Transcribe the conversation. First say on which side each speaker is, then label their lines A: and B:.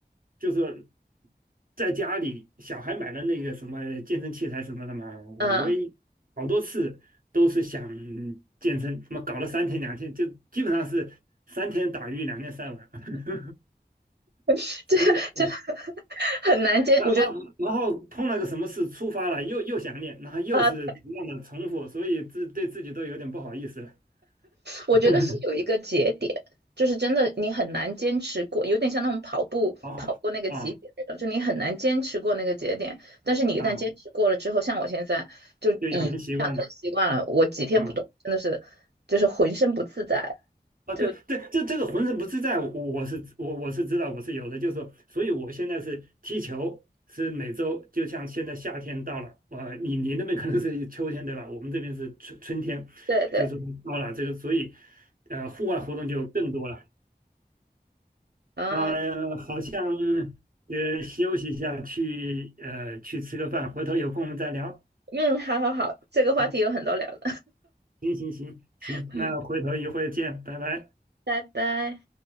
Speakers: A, on the right; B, on the right.
A: 就是在家里小孩买了那个什么健身器材什么的嘛，我也好多次都是想
B: 嗯。
A: 健身，什么搞了三天两天，就基本上是三天打鱼两天晒网，<laughs>
B: <laughs> 这这
A: 所以嗯
B: 很难坚，
A: 然后然后碰了个什么事触发了，
B: 我觉得。
A: 又又想练，然后又是同样的重复，
B: 啊。
A: 所以自对自己都有点不好意思了。
B: 我觉得是有一个节点，
A: <laughs>
B: 就是真的你很难坚持过，有点像那种跑步跑过那个节点那种，
A: 哦啊
B: 就你很难坚持过那个节点。但是你一旦坚持过了之后，
A: 啊，
B: 像我现在就已养成习惯了，
A: 就养成习惯了
B: 我几天不动真的是就是浑身不自在。
A: 啊。啊对，
B: 就
A: 对，这这这个浑身不自在，我我是我我是知道，我是有的，就是说，所以我现在是踢球，是每周，就像现在夏天到了，呃，你你那边可能是秋天对吧？我们这边是春春天，
B: 对对
A: 就是到了这个，所以呃，户外活动就更多了。
B: 啊，
A: 啊、呀，好像呃休息一下，去呃去吃个饭，回头有空我们再聊。
B: 嗯，好好好，这个话题有很多聊的，
A: 啊，行行行行，
B: <laughs> 嗯，
A: 那回头一会儿见，拜拜。
B: 拜拜。